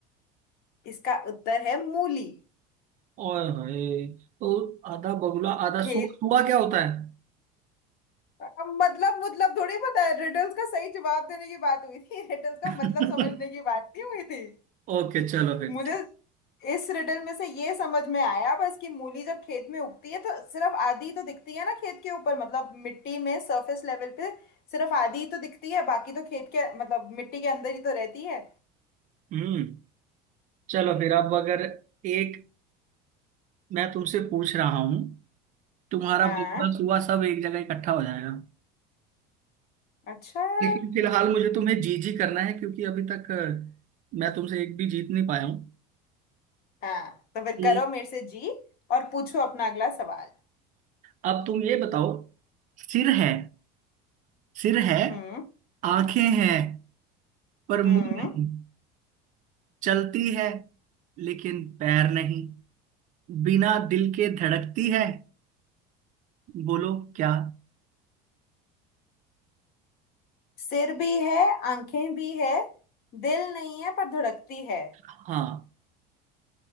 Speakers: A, on the left; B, on the right.
A: इसका उत्तर है मूली
B: और है तो आधा बगुला आधा
A: खेत
B: सूगा सूगा क्या होता है
A: अब मतलब मतलब थोड़ी पता है रिडल्स का सही जवाब देने की बात हुई थी <laughs> रिडल्स का
B: <laughs>
A: मतलब समझने की बात नहीं हुई थी
B: ओके चलो फिर
A: मुझे
B: ठीक।
A: इस रिडल में से ये समझ में आया बस कि मूली जब खेत में उगती है तो सिर्फ आधी तो दिखती है ना खेत के ऊपर मतलब मिट्टी में सरफेस लेवल पे सिर्फ आधी ही तो दिखती है बाकी तो खेत के मतलब मिट्टी के अंदर ही तो रहती है
B: हम्म चलो फिर अब अगर एक मैं तुमसे पूछ रहा हूँ तुम्हारा
A: हाँ
B: बगुला सूगा सब एक जगह इकट्ठा हो जाएगा
A: अच्छा यार
B: लेकिन फिलहाल मुझे तुम्हें जी जी करना है क्योंकि अभी तक अ, मैं तुमसे एक भी जीत नहीं पाया हूँ
A: हाँ तो फिर
B: तो
A: करो मेरे से जी और पूछो अपना अगला सवाल
B: अब तुम ये बताओ सिर है सिर है
A: हम्म
B: आंखें हैं पर मुंह
A: हम्म
B: नहीं चलती है लेकिन पैर नहीं बिना दिल के धड़कती है बोलो क्या
A: सिर भी है आंखें भी है दिल नहीं है पर धड़कती है
B: हाँ